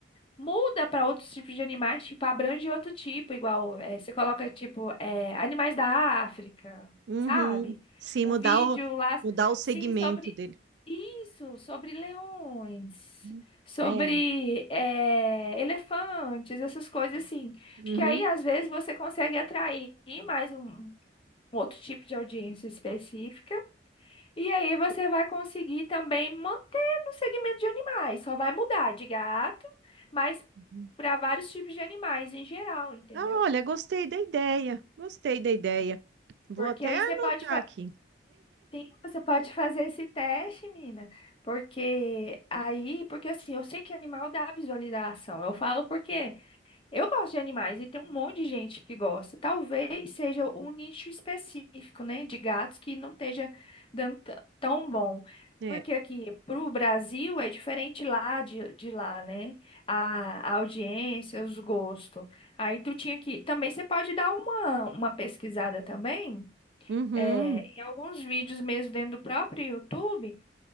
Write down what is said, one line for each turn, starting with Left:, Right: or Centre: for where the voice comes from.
Left: muda para outros tipos de animais, tipo, abrange outro tipo, igual eh, você coloca, tipo, eh, animais da África,
Right: Uhum.
Left: sabe?
Right: Sim,
Left: Um
Right: mudar
Left: vídeo
Right: o,
Left: lá,
Right: mudar o segmento
Left: sim, sobre
Right: dele.
Left: isso, sobre leões,
Right: Uhum.
Left: sobre
Right: É.
Left: eh, elefantes, essas coisas assim.
Right: Uhum.
Left: Que aí, às vezes, você consegue atrair mais um, um outro tipo de audiência específica. E aí, você vai conseguir também manter no segmento de animais. Só vai mudar de gato, mas
Right: Uhum.
Left: para vários tipos de animais em geral, entendeu?
Right: Ah, Olha, gostei da ideia. Gostei da ideia. Vou
Left: Porque
Right: até
Left: aí
Right: anotar
Left: você pode fazer.
Right: aqui.
Left: Sim, você pode fazer esse teste, menina, porque aí, porque assim, eu sei que animal dá visualização. Eu falo porque eu gosto de animais e tem um monte de gente que gosta. Talvez seja um nicho específico, né, de gatos que não esteja dando t- tão bom.
Right: É.
Left: Porque aqui pro Brasil é diferente lá de, de lá, né? A, a audiência, os gostos. Aí tu tinha que. Também você pode dar uma, uma pesquisada também
Right: Uhum.
Left: é, em alguns vídeos mesmo dentro do próprio YouTube,